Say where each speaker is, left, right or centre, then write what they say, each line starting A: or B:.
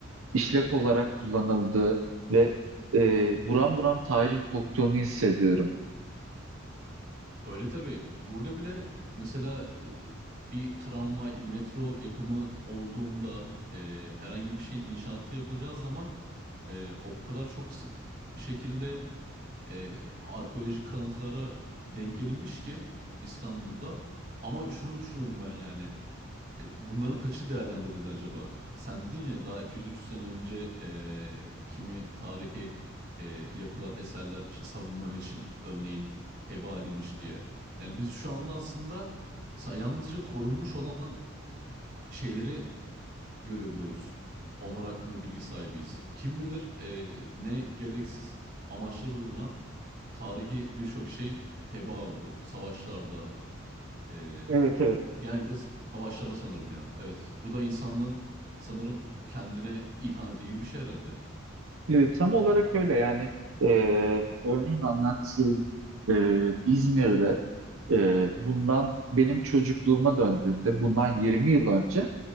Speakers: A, on the right (about 80°); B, on the right (about 45°).
A: işlek olarak kullanıldığı ve e, buram buram tarih koktuğunu hissediyorum.
B: Öyle tabii. Burada bile mesela e, bir tramvay, metro yapımı olduğunda e, herhangi bir şeyin inşaatı yapılacağı zaman e, o kadar çok sık bir şekilde e, arkeolojik kalıntılara denk gelinmiş ki İstanbul'da. Ama şunu düşünüyorum ben yani. e, bunların kaçı değerlendirildi acaba? Sen dedin ya daha 200-300 sene önce e, kimi tarihi e, yapılar, eserler işte savunma için örneğin heba edilmiş diye. Yani biz şu anda aslında sa- yalnızca korunmuş olan şeyleri görebiliyoruz. Onlar hakkında bilgi sahibiyiz. Kim bilir e, ne gereksiz amaçlar uğruna tarihi birçok şey heba oldu. Savaşlarda, e,
A: Evet evet.
B: genellikle sa- savaşlarda sanırım ya. Evet, bu da insanlığın sanırım kendine ihaneti gibi bir şey herhalde.
A: Evet, tam olarak öyle yani e, örneğin anlattığım e, İzmir'de e, bundan benim çocukluğuma döndüğümde bundan 20 yıl önce